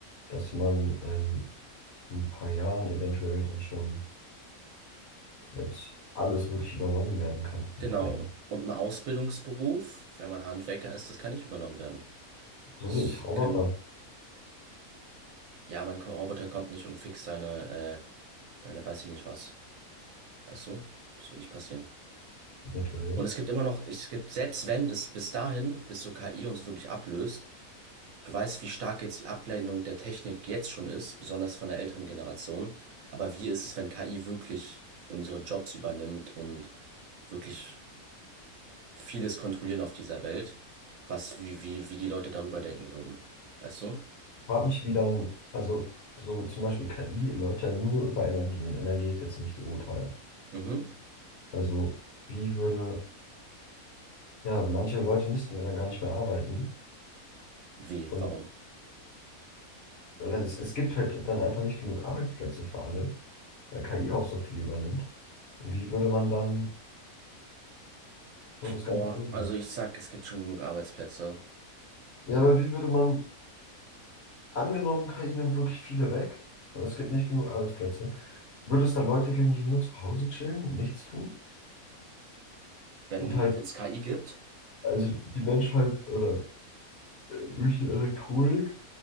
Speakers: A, on the left; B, on the right.
A: dass man ähm, in ein paar Jahren eventuell dann schon als alles wirklich übernommen werden kann von
B: Genau.
A: KI.
B: Und ein Ausbildungsberuf, wenn man Handwerker ist, das kann nicht übernommen werden.
A: So
B: Das
A: durch Roboter
B: kann, ja, mein Roboter kommt nicht und fixt deine, äh, deine, weiß ich nicht was. Weißt du? Das wird nicht passieren.
A: eventuell.
B: Und es gibt immer noch, es gibt, selbst wenn das bis dahin, bis so KI uns wirklich ablöst, du weißt, wie stark jetzt die Ablehnung der Technik jetzt schon ist, besonders von der älteren Generation. Aber wie ist es, wenn KI wirklich unsere Jobs übernimmt und wirklich vieles kontrollieren auf dieser Welt, was, wie, wie, wie die Leute darüber denken würden? Weißt du?
A: Ich frage mich, wie dann, also so zum Beispiel KI läuft ja nur über Energie und Energie ist jetzt nicht so teuer.
B: Mhm.
A: Also wie würde, ja, manche Leute müssten ja dann gar nicht mehr arbeiten
B: Wie?
A: und
B: Warum?
A: oder es, es gibt halt dann einfach nicht genug Arbeitsplätze für alle, weil KI auch so viel übernimmt. Und wie würde man dann so das
B: Boah,
A: Ganze regeln?
B: also ich sag, es gibt schon genug Arbeitsplätze.
A: Ja,
B: Und
A: aber wie würde man Angenommen, KI nimmt wirklich viele weg und es gibt nicht genug Arbeitsplätze. Würde es dann Leute geben, die nur zu Hause chillen und nichts tun?
B: wenn,
A: Und halt,
B: wenn es KI gibt,
A: also die Menschheit oder äh, durch die Elektronik